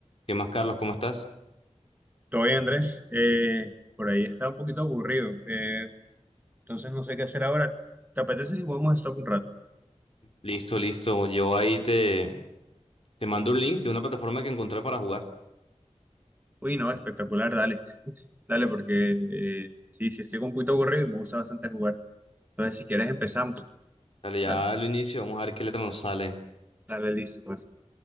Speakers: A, on the left; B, on the right.
A: ¿Qué más, Carlos? ¿Cómo estás?
B: Todo bien, Andrés. Eh, por ahí está un poquito aburrido. Eh, entonces no sé qué hacer ahora. ¿Te apetece si jugamos a Stop un rato?
A: Listo, listo. Yo ahí te, te mando un link de una plataforma que encontré para jugar.
B: Uy, no, espectacular, dale. Dale, porque eh, sí, sí, estoy un poquito aburrido y me gusta bastante jugar. Entonces, si quieres, empezamos.
A: Dale, ya
B: Dale,
A: lo inicio. Vamos a ver qué letra nos sale.
B: dale, listo. Pues.